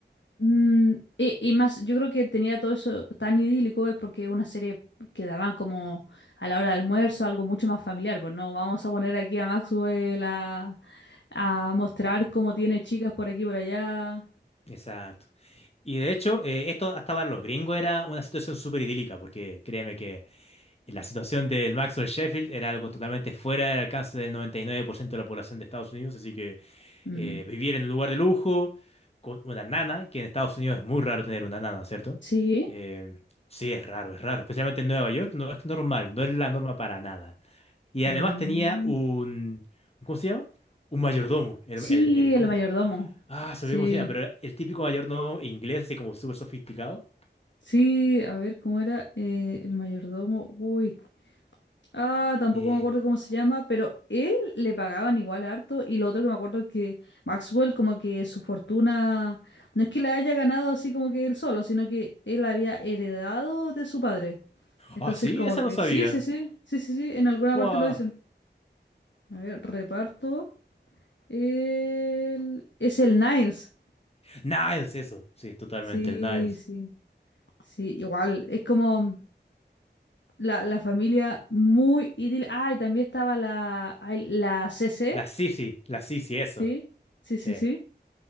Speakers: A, on the left; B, on the left.
A: Mm, y, y más, yo creo que tenía todo eso tan idílico es porque es una serie que daban como a la hora de almuerzo, algo mucho más familiar, pues no vamos a poner aquí a Maxwell a, a mostrar cómo tiene chicas por aquí y por allá.
B: Exacto. Y de hecho, eh, esto hasta para los gringos era una situación súper idílica, porque créeme que la situación del Maxwell Sheffield era algo totalmente fuera del alcance del 99% de la población de Estados Unidos, así que
A: Mm,
B: eh, vivir en un lugar de lujo, con una nana, que en Estados Unidos es muy raro tener una nana, ¿cierto?
A: sí,
B: Eh, sí, es raro, es raro, especialmente en Nueva York, no es normal, no es la norma para nada. Y además
A: Mm,
B: tenía un, ¿cómo se llama? Un mayordomo. El,
A: sí,
B: el, el- ¿cómo?
A: el mayordomo.
B: Ah, se
A: Sí,
B: me olvidó cómo se llama, pero era el típico mayordomo inglés, así como súper sofisticado.
A: sí, a ver cómo era eh, el mayordomo. Uy. Ah, tampoco
B: Eh,
A: me acuerdo cómo se llama, pero él le pagaban igual harto y lo otro que me acuerdo es que Maxwell como que su fortuna no es que la haya ganado así como que él solo, sino que él había heredado de su padre. Entonces
B: ah, sí,
A: como
B: esa
A: que
B: no sabía.
A: sí, sí, sí, sí, sí, sí, en alguna
B: Wow.
A: parte lo dicen. A ver, reparto. El- Es el Niles.
B: Niles, eso. Sí, totalmente,
A: Sí,
B: el Niles.
A: sí, sí, igual. Es como la, la familia muy idílica. Ah, y también estaba la, ay, la CC.
B: La Sisi, la Sisi, eso.
A: Sí, sí,
B: Sí.
A: sí, sí.